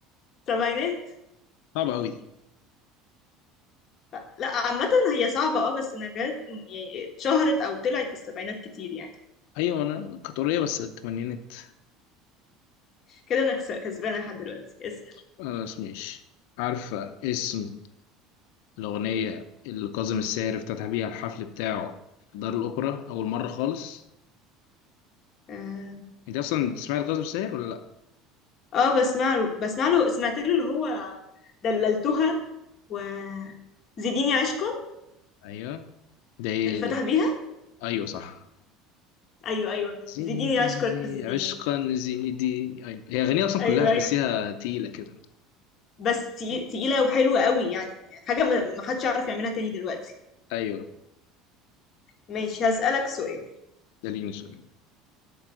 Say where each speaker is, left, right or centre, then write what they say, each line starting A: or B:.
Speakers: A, on the left; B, on the left.
A: سبعينات
B: صعبة أوي دي
A: لا لا، عامة هي صعبة اه بس نجاة يعني اتشهرت او طلعت في السبعينات كتير يعني
B: أيوه أنا كانت قريبة بس التمانينات
A: كده انا كس- كسبانه لحد دلوقتي اسال
B: خلاص ماشي عارفة اسم الأغنية اللي كاظم الساهر افتتح بيها الحفل بتاعه في دار الأوبرا أول مرة خالص
A: اه
B: أنت أصلا بتسمعي لكاظم الساهر ولا لأ؟
A: آه، بسمع له بسمع له سمعت له اللي هو دللتها و زيديني عشقا
B: أيوه ده إيه؟
A: اللي فتح بيها
B: أيوه صح
A: ايوه ايوه
B: زيديني
A: زيديني عشقا زيديني
B: عشقا زيديني ايوه هي اغنيه اصلا
A: ايوه
B: كلها تحسيها
A: ايوه أيوه.
B: تقيله كده
A: بس تي- تقيله وحلوه قوي يعني حاجه ما ما حدش يعرف يعملها تاني دلوقتي
B: ايوه
A: ماشي هسالك سؤال
B: ده ليه مسؤولية